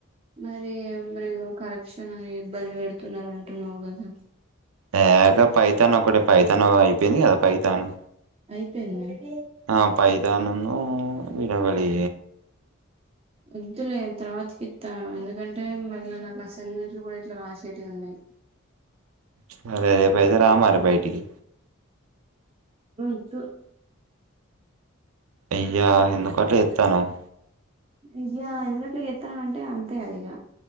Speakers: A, on the right; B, on the right.
A: మరి మరి ఇగో కరెక్షన్ అని ఇబ్బంది పెడుతున్నారు అంటున్నావు కదా
B: ఏ గా పైతాను ఒకటె పైతాను అయిపోయింది కదా పైతాను
A: అయిపోయింద
B: ఆ పైథాన్ ఉన్ను విడోకటి
A: వద్దులే తర్వాతకి ఇత్త ఎందుకంటే మళ్ళ నాకు అసైన్మెంట్లు కూడా ఇట్లా రాసేటీయి ఉన్నాయి
B: సరే రేప్ అయితే రా మరి బైటికి
A: వద్దు
B: అయ్యా ఎందుకట్లా చేతన్నావ్
A: అయ్యా ఎందుకు అట్లా చేత్తన్నావ్ అంటే అంతే అది ఇగ